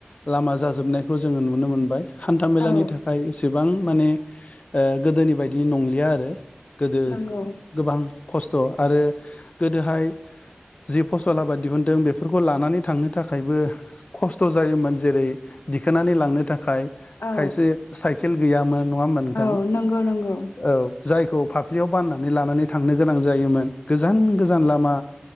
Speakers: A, on the left (about 35°); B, on the left (about 85°).
A: लामा जाजोबनाय खौ जोङो नुनो मोनबाय हान्थ मेलानि
B: औ
A: थाखाय एसेबां माने गोदोनि बायदि नंलिया आरो गोदो
B: नंगौ
A: गोबां खस्थ आरो गोदोहाय जि फसल आबाद दिहुनदों बेफोरखौ लानानै थांनो थाखायबो खस्थ' जायोमोन जेरै दिखोननानै लांनो थाखाय
B: औ
A: खायसे साइकेल गैयामोन नङा होमबा नोंथां
B: औ नंगौ नंगौ
A: औ जायखौ फाफ्लियाव बाननानै लानानै थांनो गोनां जायोमोन गोजान गोजान लामा